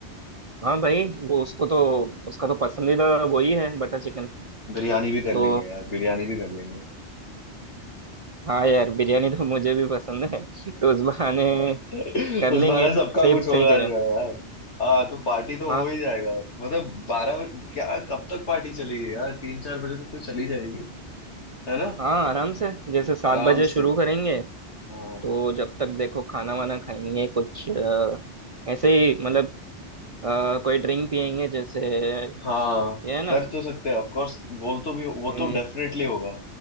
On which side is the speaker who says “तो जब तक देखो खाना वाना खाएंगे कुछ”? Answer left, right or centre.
Right